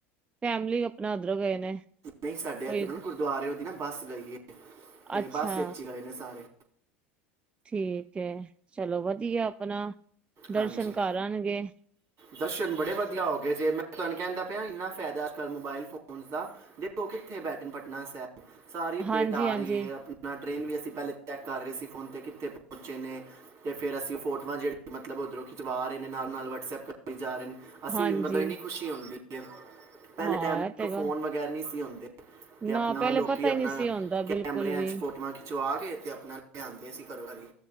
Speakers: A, on the right (about 15°); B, on the right (about 50°).
A: ਫੈਮਿਲੀ ਆਪਨਾ ਉੱਧਰੋਂ ਗਏ ਨੇ।
B: ਨਈ ਸਾਡੇ
A: ਕੋਈ
B: ਇੱਧਰੋ ਨਾ ਗੁਰਦੁਆਰੇ। ਨਾ ਬੱਸ ਗਈਏ। ਇਹ
A: ਅੱਛਾ
B: ਬਸ ਏਚ ਈ ਗਏ ਨੇ ਸਾਰੇ।
A: ਠੀਕ ਏ ਚਲੋ ਵਧੀਆ ਆਪਨਾ। ਦਰਸ਼ਨ
B: ਹਾਂਜੀ
A: ਕਰਅਨਗੇ।
B: ਦਰਸ਼ਨ ਬੜੇ ਵਧੀਆ ਹੋ ਗਏ ਜੇ ਮੈਂ ਤੁਹਾਨੂੰ ਕੇਂਦਾ ਪਿਆ ਇਨਾ। ਫਾਇਦਾ ਕਲ ਮੋਬਾਇਲ ਫੋਨਸ ਦਾ ਦੇਖੋ ਕਿੱਥੇ ਬੈਠਨ ਪਟਨਾ ਸੇ। ਸਾਰੀ ਅਪਡੇਟ
A: ਹਾਂਜੀ
B: ਆ
A: ਹਾਂਜੀ
B: ਰਹੀ ਏ ਆਪਨਾ। ਟ੍ਰੇਨ ਵੀ ਅਸੀਂ ਪਹਿਲੇ ਚੈੱਕ ਕਰ ਰੇ ਸੀ ਫੋਨ ਤੇ ਕਿੱਥੇ ਪਹੁੰਚੇ ਨੇ। ਤੇ ਫਿਰ ਅਸੀਂ ਫੋਟੋਆਂ ਜਿਹੜੀ ਮਤਲਬ ਉੱਧਰੋਂ ਖਿਚਵਾ ਰੇ ਨੇ ਨਾਲ, ਨਾਲ ਵੱਟਸਐਪ ਕਰ। <unintelligible> ਅਸੀਂ
A: ਹਾਂਜੀ
B: ਵੀ ਮਤਲਬ ਇੰਨੀ ਖੁਸ਼ੀ ਹੁੰਦੀ। <inaudible> ਪਹਿਲੇ
A: ਹਾਂ
B: ਟਾਈਮ ਤੱਕ
A: ਇਹ ਤੇ ਗ
B: ਫੋਨ ਵਗੈਰਾ ਨੀ ਸੀ ਹੁੰਦੇ। ਤੇ ਆਪਨਾ
A: ਨਾ ਪਹਿਲੇ
B: ਲੋਕੀ
A: ਪਤਾ
B: ਆਪਨਾ
A: ਹੀ ਨਹੀਂ ਸੀ ਹੁੰਦਾ
B: ਕੈਮਰਿਆਂ
A: ਬਿਲਕੁਲ ਵੀ
B: ਚ ਫੋਟੋਆਂ ਖਿਚਵਾ ਘੇਰ ਤੇ ਆਪਨਾ ਲਿਆਂਂਦੇ ਸੀ ਘਰੋ ਹਰੀ।